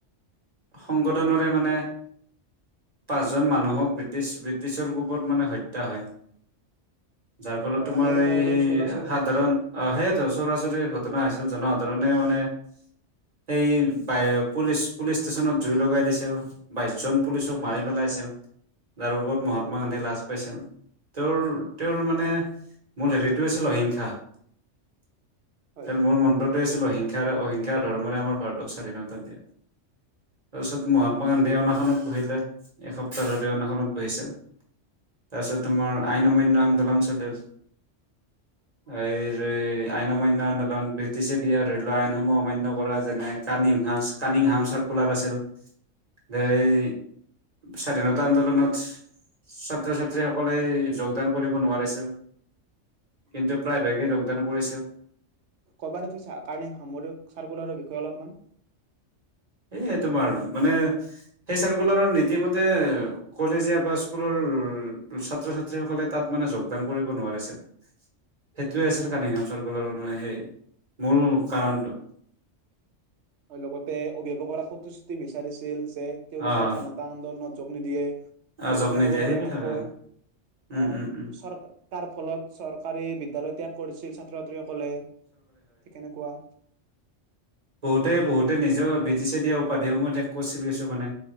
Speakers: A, on the right; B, on the right.
A: সংগঠনৰে মানে, পাঁচজন মানুহক ব্ৰিটিছ ব্ৰিটিছৰ গ্ৰুপত মানে হত্যা হয় । যাৰ ফলত
B: হয়
A: তোমাৰ
B: আমি আৰু ক'ব
A: এই
B: পাৰো
A: সেই
B: চৌৰাচৰি
A: সাধাৰণ
B: কথা
A: অ সেইয়েতো চৌৰাচৰি, ছিল জন <unintelligible> ধৰণে মানে সেই, বাই পুলিচ পুলিচ ষ্টেচনত জুই লগাই দিছিল বাইশজন । পুলিচক
B: হয়
A: মাৰি পেলাইছিল । যাৰ ওপৰত মহাত্মা
B: হয়
A: গান্ধী লাজ পাইছিল । তেওঁৰ তেওঁৰ মানে মূল হেৰিটো আছিল অহিংসা ।
B: হয়
A: তেল মোৰ মনটোত, <unintelligible> অহিংসাৰে অহিংসা ধৰ্মৰে আমাৰ ভাৰতক স্বাধীনতা দিয়া । তাৰপিছত মহাত্মা গান্ধীয়ে অনাখনত, বহিলে । এসপ্তাহ ধৰি অন্নক্ষণত বহিছিল । তাৰপিছত তোমাৰ আইন অমান্য আন্দোলন চলিল । এই আইন অমান্য আন্দোলন, ব্ৰিটিছে দিয়া ধৰি লোৱা আইনসমূহ অমান্য কৰা, যেনে cunning Hang cunning Hang circular আছিল । এই, স্বাধীনতা আন্দোলন, ছাত্ৰ ছাত্ৰীসকলে যোগদান কৰিব নোৱাৰিছিল । কিন্তু প্ৰায়ভাগে যোগদান কৰিছিল
B: কবানে তুমি কাৰণে সাম চাৰ্কুলাৰ <unintelligible> অলপমান ।
A: এইয়ে তোমাৰ মানে, সেই চাৰ্কুলাৰ নীতিমতে কলেজীয়া বা স্কুলৰ ছাত্ৰ ছাত্ৰীসকলে তাত মানে যোগদান কৰিব নোৱাৰিছিল । সেইটোৱে আছিল কানিং হাম চাৰ্কুলাৰ মানে সেই মূল কাৰণটো‌‌ ।
B: আৰু লগত, অভিভাৱক কৰা প্ৰতিশ্ৰুতি বিচাৰিছিল যে, তেওঁলোকে
A: অ
B: স্বাধীনতা আন্দোলন, যোগ নিদিয়ে ।
A: অ
B: লগতে
A: জব নিদিয়ে
B: ক'ব পাৰো
A: সেইবিলাক
B: এনেকৈ,
A: আ উম
B: আহ
A: উম উম
B: চৰকাৰ ফলত চৰকাৰী বিদ্যালয় ত্যাগ কৰিছিল । ত <unintelligible> ক'লে ঠিক তেনেকুৱা ।
A: বহুতেই বহুতে নিজৰ ব্ৰিটিছে দিয়া উপাধিসমূহ, ক'তছিলৈছো মানে